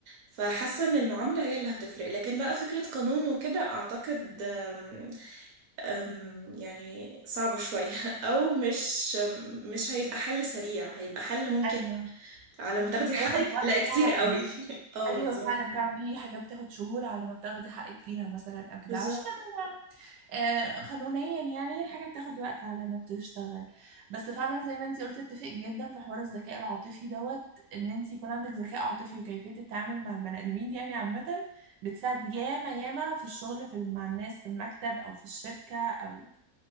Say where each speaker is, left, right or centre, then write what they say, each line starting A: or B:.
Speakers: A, on the right; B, on the right.
A: فحاسة ان المعاملة هي اللي هتفرق لكن بقى فكرة قانون وكده اعتقد آم، آم، يعني صعبة شوية <laughs> او مش آم، مش هيبقى حل سريع هيبقى حل ممكن
B: أيوه
A: على ما تاخدي حقك
B: هياخد وقت
A: تلاقي كتير
B: فعلا
A: قوي <laughs> اه
B: أيوه
A: بالظبط
B: فعلا فعلا في حاجات بتاخد شهور على ما بتاخدي حقك فيها مثلا أو كده
A: بالظبط
B: عشان آه قانونيا يعني الحاجة بتاخد وقت على ما بتشتغل بس فعلا زي ما انتي قلتي اتفق جدا في حوار الذكاء العاطفي دوت إن انتي يكون عندك ذكاء عاطفي وكيفية التعامل مع البني آدمين يعني عامة بتساعد ياما ياما في الشغل في مع الناس في المكتب أو في الشركة أو